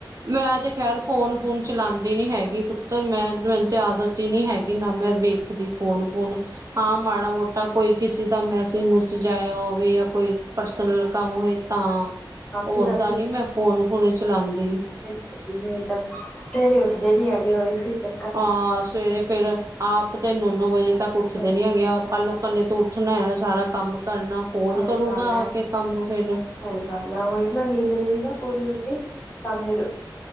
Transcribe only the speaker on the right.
ਮੈਂ ਤੇ ਖੈਰ ਫੋਨ - ਫੂਨ ਚਲਾ ਦੀ ਨਹੀ ਹੈਗੀ ਪੁੱਤਰ ਮੈਂ ਮੈਨੂੰ ਤੇ ਆਦਤ ਹੀ ਨਹੀਂ ਹੈਗੀ ਨਾ ਮੈਂ ਵੇਖਦੀ ਫੋਨ ਫੂਨ -ਫੋਨ ਹਾਂ ਮਾੜਾ ਮੋਟਾ ਕੋਈ ਕਿਸੇ ਦਾ ਮੈਸੇਜ ਮੁਸਜ ਆਇਆ ਹੋਵੇ ਜਾਂ ਕੋਈ ਪਰਸਨਲ ਕੰਮ ਹੋਏ ਤਾਂ,
ਓਦਾਂ
ਨੀ ਮੈਂ ਫੋਨ -ਫੂਨ ਚਲਾਉਂਦੀ
ਹਾਂ ਸਵੇਰੇ ਫੇਰ ਆਪ ਤੇ ਨੋ -ਨੋ ਵਜੇ ਤੱਕ ਉੱਠਦੇ
ਨੀ ਹੈਗੇ
ਪਰ ਲੋਕਾਂ
ਦੇ ਓਹਨੇ
ਸਾਰਾ ਕੰਮ ਕਰਨਾ ਫੋਨ
ਕਰੂਗਾ
ਆ ਕੇ ਕੰਮ ਫੇਰ